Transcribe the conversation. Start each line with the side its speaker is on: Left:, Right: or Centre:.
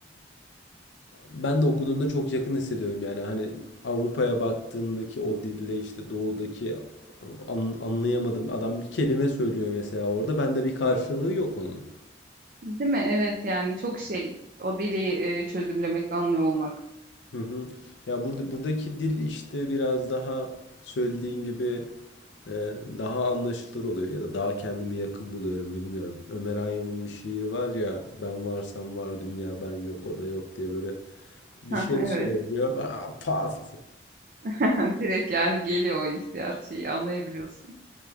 Left: Ben de okuduğumda çok yakın hissediyorum yani hani Avrupa'ya baktığındaki o dille işte doğudaki an- anlayamadım adam bir kelime söylüyor mesela orada bende bir karşılığı yok onun.
Right: Değil mi? Evet yani çok şey. O deliği e, çözümlemek, anlıyor olmak.
Left: Hı hı. Ya burada buradaki dil işte biraz daha söylediğin gibi e, daha anlaşılır oluyor ya da daha kendimi yakın buluyorum bilmiyorum. Ömer Hayyam'ın bir şiiri var ya ben varsam var dünya ben yok o da yok diye böyle bir
Right: <laughs> Hı
Left: şey
Right: Evet.
Left: söylüyor. Aa, pat.
Right: <laughs> Direkt yani geliyor o hissiyat şeyi anlayabiliyorsun.